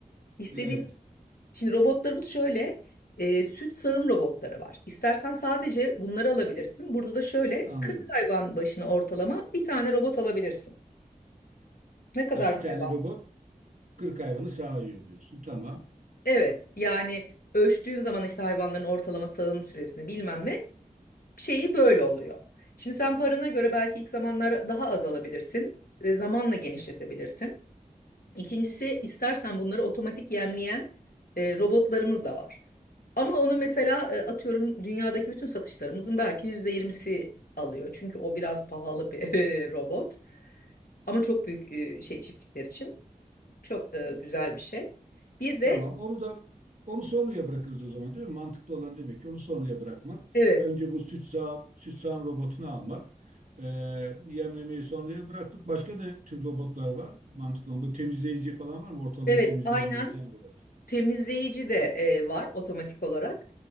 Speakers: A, on the left; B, on the right.
A: İstediği
B: Evet
A: Şimdi robotlarımız şöyle, e, süt sağım robotları var. İstersen sadece bunları alabilirsin. Burada da şöyle
B: anladım.
A: 40 hayvan başına ortalama bir tane robot alabilirsin. Ne kadar
B: Ha, bir
A: hayvan?
B: tane robot 40 hayvanı sağıyor diyorsun. Tamam.
A: Evet, yani ölçtüğün zaman işte hayvanların ortalama sağım süresini bilmem ne şeyi böyle oluyor. Şimdi sen parana göre belki ilk zamanlar daha az alabilirsin. E, zamanla genişletebilirsin. İkincisi istersen bunları otomatik yemleyen e, robotlarımız da var. Ama onu mesela e, atıyorum dünyadaki bütün satışlarımızın belki yüzde yirmisi alıyor. Çünkü o biraz pahalı bir <laughs> e, robot. Ama çok büyük e, şey çiftlikler için çok e, güzel bir şey. Bir de
B: Tamam. Onu da onu sonraya bırakırız o zaman değil mi? Mantıklı olan demek ki onu sonraya bırakmak.
A: evet
B: Önce bu süt sağ süt sağım robotunu almak. Ee, yemlemeyi sonraya bıraktık. Başka ne tür robotlar var? Mantıklı olan. Bu temizleyici falan var mı? Ortalığı
A: evet
B: temizleyen,
A: aynen
B: memizleyen robot.
A: temizleyici de e, var otomatik olarak.